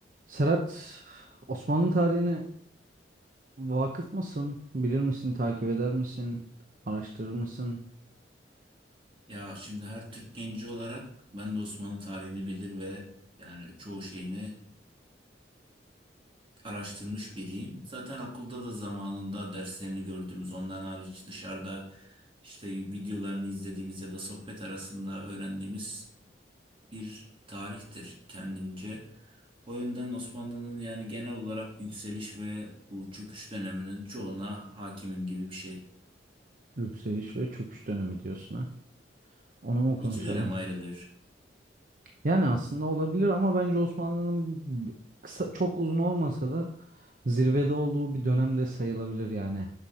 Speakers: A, on the right; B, on the right.
A: Serhat, Osmanlı tarihine vakıf mısın? Bilir misin, takip eder misin? Araştırır mısın?
B: Ya şimdi her Türk genci olarak ben de Osmanlı tarihini bilir ve yani çoğu şeyini araştırmış biriyim. Zaten okulda da zamanında derslerini gördüğümüz ondan hariç dışarıda işte videolarını izlediğimiz ya da sohbet arasında öğrendiğimiz bir tarihtir kendimce. O yönden Osmanlı'nın yani genel olarak yükseliş ve bu çöküş döneminin çoğuna hakimim gibi bir şey.
A: Yükseliş ve çöküş dönemi diyorsun ha. Onu mu konuşalım?
B: İki dönem ayrılıyor.
A: <laughs> Yani aslında olabilir ama bence Osmanlı'nın b- kısa, çok uzun olmasa da zirvede olduğu bir dönem de sayılabilir yani.